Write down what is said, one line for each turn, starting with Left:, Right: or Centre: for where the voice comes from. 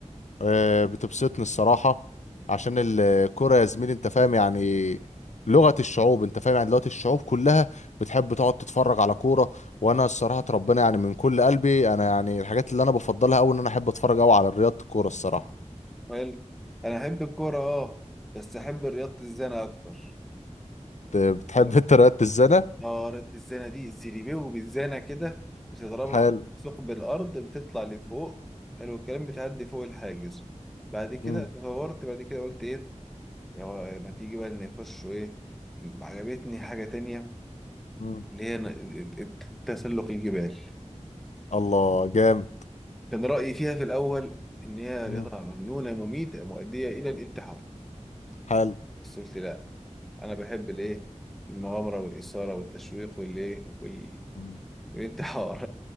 Left: آه، بتبسطني الصراحة عشان الكرة يا زميلي انت فاهم يعني لغة الشعوب انت فاهم يعني دلوقتي الشعوب كلها بتحب تقعد تتفرج على كورة وانا الصراحة ربنا يعني من كل قلبي انا يعني الحاجات اللي انا بفضلها قوي ان انا احب اتفرج قوي على رياضة الكورة الصراحة
Centre: حلو انا احب الكورة اه بس احب رياضة الزنا اكتر
Left: ت- بتحب
Centre: يقولك
Left: <laughs> انت رياضة الزنا
Centre: اه رياضة الزنا دي زيريبيو بالزنا كده بتضربها
Left: حال
Centre: في ثقب الارض بتطلع لفوق حلو الكلام بتعدي فوق الحاجز بعد كده
Left: مم.
Centre: تطورت بعد كده قلت ايه يلا ما تيجي بقى ان يخشوا ايه عجبتني حاجة تانية
Left: مم.
Centre: اللي هي تسلق الجبال
Left: الله جامد
Centre: كان رأيي فيها في الأول إن هي
Left: مم.
Centre: رياضة مجنونة مميتة مؤدية إلى الانتحار
Left: حال
Centre: بس قلت لا أنا بحب الإيه المغامرة والإثارة والتشويق والإيه وال...
Left: مم.
Centre: والانتحار